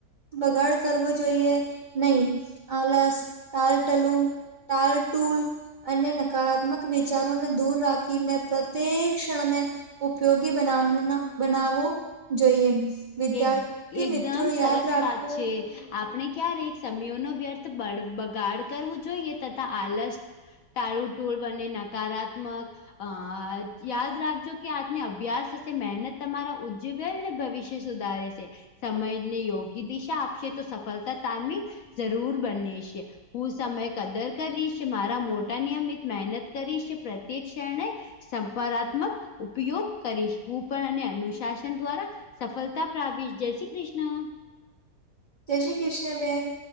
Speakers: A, on the right (about 55°); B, on the left (about 65°).
A: બગાડ કરવો જોઈએ નહી આલસ ટાલટલું તાલટુલ અને ન કારાત્મક વિચારોને દૂર રાખીને પ્રત્યેક ક્ષણને ઉપયોગી બનાવન બનાવવો જોઈએ. વિદ્યાર્થી
B: એક એકદમ
A: મિત્રો
B: સરસ
A: યાદ રાખવું
B: વાત છે. આપણે ક્યારેક સમીયનો વ્યર્થ બ બગાડ કરવું જોઈએ તથા આલસ ટાળું ટૂળ બને નકારાત્મક અ યાદ રાખજો કે આજને અભ્યાસ હશે મહેનત તમારા ઉજ્જવેલને ભવિ સુધારે છે, સમયને યોગ્ય દિશા આપશે તો સફલતા તામે જરૂર બને છે. હું સમય કદર કરીશ મારા મોટા નિયમિત મહેનત કરીશ પ્રત્યેક ક્ષણે સંકારાત્મક ઉપયોગ કરીશ હું પણ અને અનુશાસન દ્વારા સફલતા પ્રાવિસ જય શ્રી કૃષ્ણ
A: જય શ્રી કૃષ્ણ બેન.